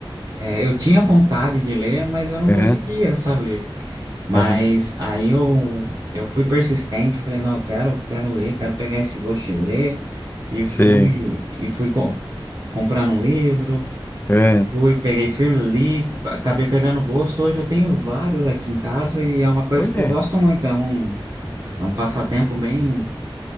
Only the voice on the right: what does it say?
é, eu tinha vontade de ler, mas eu não conseguia,
sabe? Mas
aí eu, eu fui persistente, eu falei, não, eu quero, quero ler, quero pegar esse gosto de ler, e
fui, e fui com- comprando um livro,
fui, peguei firme, li, acabei pegando gosto, hoje eu tenho vários aqui em casa, e é uma coisa
que eu gosto muito, é um, é um passatempo bem,